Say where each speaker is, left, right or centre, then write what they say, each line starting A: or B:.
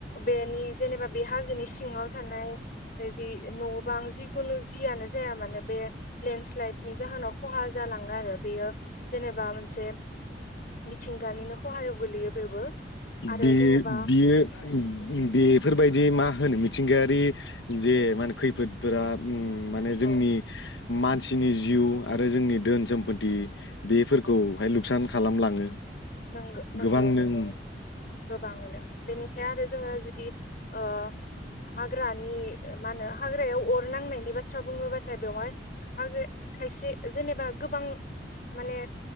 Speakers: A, on the left; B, on the left.
A: बेनि जेनेबा बे हाजोनि सिंआव थानाय जि न' बां जिुखुनु जियानो जाया मानो बे लेन स्लायदनि जाहोनाव खहा जालाङो आरो बेयो जेनेबा मोनसे मिथिंगानिनो खहायाव गोलैयो बेबो आरो
B: बे
A: जेनेबा
B: बियो बेफोरबायदि मा होनो मिथिंगा बे जे मा होनो खैफोदफोरा ओम माने
A: औ
B: जोंनि मानसिनि जिउ आरो जोंनि धोन सम्फथि बेफोरखौहाय लुकसान खालामलाङो।
A: नों नोंगौ
B: गोबांनो
A: नोंगौ
B: उम
A: गोबाङैनो बेनिफ्राय आरो जोङो जि ब ओ हाग्रानि मा होनो हाग्रायाव अर नांनायनि बाथ्रा बुङोबा थाइ बेवहाय हाग्रामा खायसे जेनेबा गोबां माने